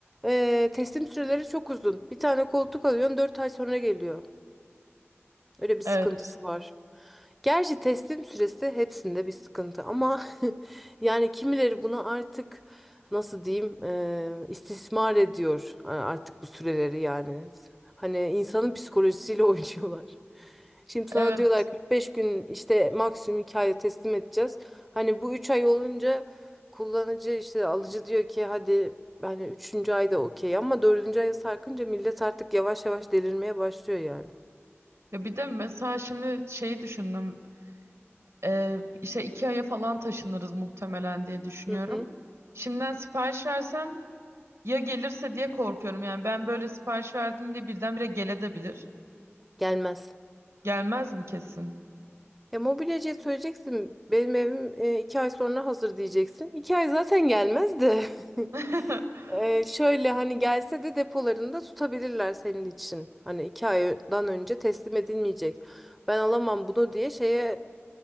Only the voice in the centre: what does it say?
eee, teslim süreleri çok uzun. Bir tane koltuk alıyorsun 4 ay sonra geliyor. Öyle bir sıkıntısı
var. Gerçi teslim süresi hepsinde bir sıkıntı ama <laughs> yani kimileri bunu artık nasıl diyeyim e, istismar ediyor a- artık bu süreleri yani. Hani insanın psikolojisiyle <laughs> oynuyorlar. Şimdi
sana diyorlar 45 gün işte maksimum 2 ayda teslim edeceğiz. Hani bu 3 ay olunca kullanıcı işte alıcı diyor ki hadi hani üçüncü ayda okey ama dördüncü aya sarkınca millet artık yavaş yavaş delirmeye başlıyor yani.
Hı hı.
Gelmez.
Ya mobilyacıya söyleyeceksin benim evim e, iki ay sonra hazır diyeceksin. İki ay zaten gelmez de. <laughs>
E, şöyle hani gelse de depolarında tutabilirler senin için. Hani iki aydan önce teslim edilmeyecek. Ben alamam bunu diye şeye